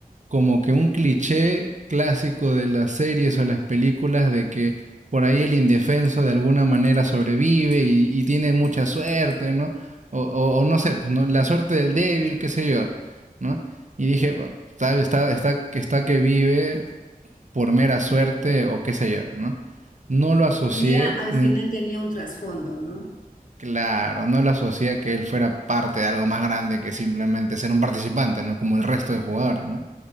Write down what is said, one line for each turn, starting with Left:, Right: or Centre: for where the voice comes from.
Right: como que un cliché clásico de las series o las películas de que por ahí el indefenso de alguna manera sobrevive y, y tiene mucha suerte, ¿no? O, o- o no sé, pues, ¿no? la suerte del débil, qué sé yo, ¿no? Y dije, "Bueno, está, está, está, está que vive por mera suerte o qué sé yo, ¿no? No lo asocié
Left: tenía, al
Right: eh,
Left: final tenía un trasfondo, ¿no?
Right: Claro, no lo asocia a que él fuera parte de algo más grande que simplemente ser un participante, ¿no? Como el resto de jugadores, ¿no?